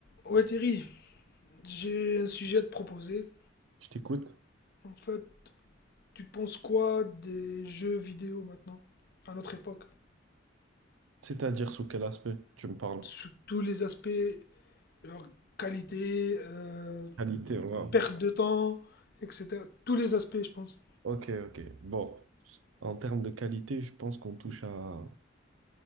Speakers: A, on the left; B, on the right.
A: Ouais Thierry, j'ai un sujet à te proposer.
B: Je t'écoute.
A: En fait, tu penses quoi des jeux vidéo maintenant, à notre époque?
B: C'est-à-dire sous quel aspect tu me parles?
A: Sous tous les aspects, leur qualité, euh,
B: Qualité, wow.
A: perte de temps, etc. Tous les aspects, je pense.
B: Ok, ok. Bon, en termes de qualité, je pense qu'on touche à,